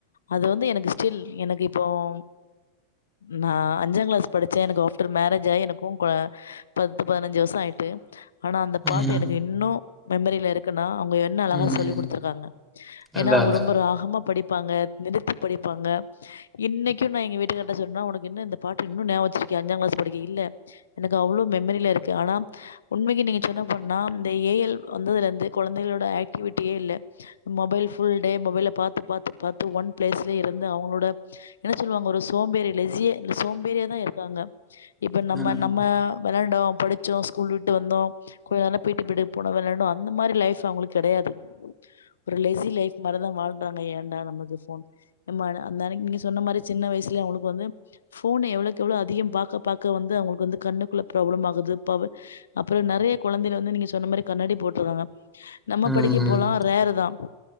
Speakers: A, on the left; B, in the centre.
A: அது வந்து எனக்கு ஸ்டில் எனக்கு இப்போம் நா அஞ்சாங்கிளாஸ் படிச்சே எனக்கு ஆஃப்டர் மேரேஜ் ஆயி எனக் கு கொ பத்து பதினஞ்சு வஷோ ஆயிட்டு ஆனா அந்த
B: ம்.
A: பாட்டு எனக்கு இன்னு மெமரில இருக்குனா அவுங்க என்ன அழகா
B: ம்.
A: சொல்லி் குடுத்துருக்காங்க
B: அதான்,
A: ஏனா அவுங்க
B: அதான்.
A: ரொம்ப ராகமா படிப் ப்பாங்க நிறுத்திப் படிப்பாங்க இன்னைக்கு நா எங்க வீட்டுக்கார்ட்ட சொன்னா உனக்கு இன்னு இந்த பாட்டு இன்னு நியாப வச்சிருக் கி அஞ்சாங் கிளாஸ் படிக்க இல்ல எனக்கு அவ்ளோ மெமரிலருக்கு ஆனா உண்மைக்கு நீங்க சொன்ன பண்ணா இந்த ஏயல் வந்ததுலந்து கொன் கொழந்தைகளோட ஆக்டிவிட்டியேல்ல மொபைல் ஃபுல் டே மொபைல பாத்து பாத்து பாத்து ஒன் பிளேஸ்ல இருந் த அவுங்ளோட என்ன சொல்வாங்க ஒரு சோம்பேறி லெசிய சோம்பேரியா தா இருக்காங்க இப்ப
B: ம்.
A: நம்ம அ வெளாண்டோ படிச்சோ ஸ்கூல் விட்டு வந்தோ கொஞ்சநேர பீட்டி பிரீடு போனோ வெளாண்டோ அந்த மாரி லைஃப் அவுங்ளுக்கு கெடையாது ஒரு லெசி லைஃப் மாரிதா வாழ்ன்டாங்க ஏண்டா நமக்கு ஃபோன் எம்மான அந்தான நீங்க சொன்ன மாரி சின்ன வய்ஸ் ல அவுங்ளுக்கு வந்து ஃபோனே எவ்ளோக்கு எவ்ளோ அதிகம் பாக்க பாக்க வந்து அவுங்ளுக்கு வந்து கண்ணுக்குள்ள ப்ராப்ளம் ஆகுது பவ அப்றோ நெறைய கொழந்தைள வந்து நீங்க சொன்ன மாரி கண்ணாடி போட்டர்றாங்க நம்ம
B: ம்.
A: படிக்கப்போலா ரேருதா